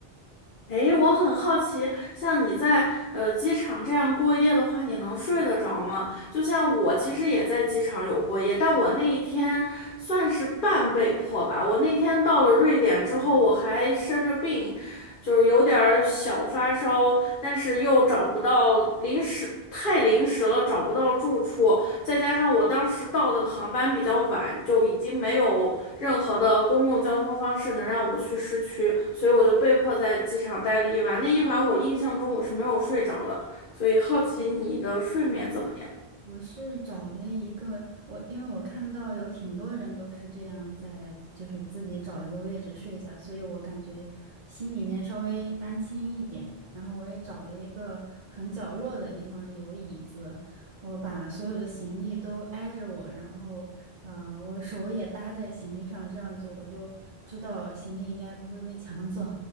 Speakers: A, on the left; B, on the right.
A: 诶，我很好奇，像你在呃机场这样过夜的话，你能睡得着吗？就像我其实也在机场有过夜，但我那一天算是半被迫吧。我那天到了瑞典之后，我还生着病，就是有点儿小发烧，但是又找不到临时，太临时了，找不到住处，再加上我当时到的航班比较晚，就已经没有任何的公共交通方式能让我去市区，所以我就被迫在机场待了一晚。那一晚我印象中我是没有睡着的，所以好奇你的睡眠怎么样？
B: 我是找了一个我，因为我看到有挺多人都是这样在，就是自己找一个位置睡下，所以我感觉心里面稍微安心一点。然后我也找了一个很角落的地方，有椅子，我把所有的行李都挨着我，然后呃，我手也搭在行李上，这样就我就知道行李应该不会被抢走，